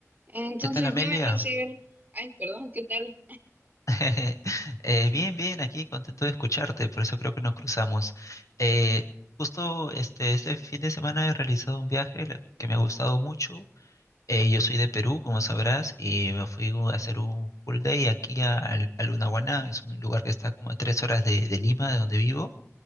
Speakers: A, on the right; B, on the left.
A: Entonces,
B: ¿Qué tal, Amelia?
A: dime, Graciel, ay, perdón, ¿qué tal?
B: <laughs> Eh, bien, bien, aquí contento de escucharte, por eso creo que nos cruzamos. Eh, justo este, este fin de semana he realizado un viaje la- que me ha gustado mucho. Eh, yo soy de Perú, como sabrás, y me fui u- a hacer un full day aquí a, al- a Lunahuaná, es un lugar que está como a tres horas de, de Lima, de donde vivo,